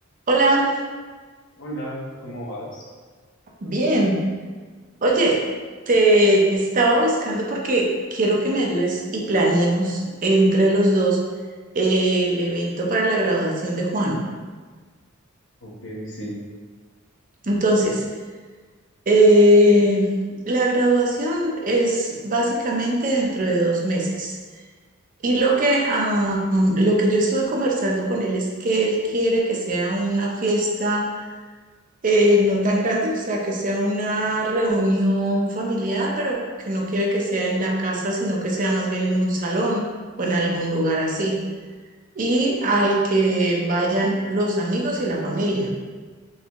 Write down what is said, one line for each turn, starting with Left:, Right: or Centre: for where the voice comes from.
Right: Hola,
Left: Hola, ¿cómo vas?
Right: bien. Oye, te estaba buscando porque quiero que me ayudes y planeemos entre los dos eh, el evento para la graduación de Juan.
Left: Eh, sí,
Right: Entonces, eh, la graduación es básicamente dentro de dos meses. Y lo que, ah, lo que yo estuve conversando con él es que él quiere que sea una fiesta Eh, no tan grande, o sea, que sea una reunión familiar, pero que no quiere que sea en la casa, sino que sea más bien en un salón o en algún lugar así. Y al que vayan los amigos y la familia.